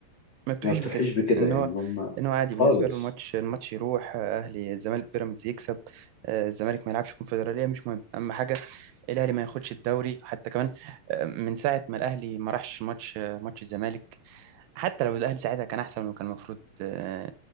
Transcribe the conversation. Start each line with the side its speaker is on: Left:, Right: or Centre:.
Right: ما بتوحيش
Left: ما بتوحيش
Right: بكده
Left: بكده
Right: ان
Left: يعني
Right: هو
Left: هم
Right: ان هو عادي
Left: خالص
Right: بالنسبه له الماتش الماتش يروح آه، اهلي الزمالك بيراميدز يكسب آه، الزمالك ما يلعبش كونفدراليه مش مهم اهم حاجه الاهلي ما ياخدش الدوري حتى كمان آه، من ساعه ما الاهلي ما راحش ماتش آه، ماتش الزمالك حتى لو الاهلي ساعتها كان احسن وكان المفروض آه،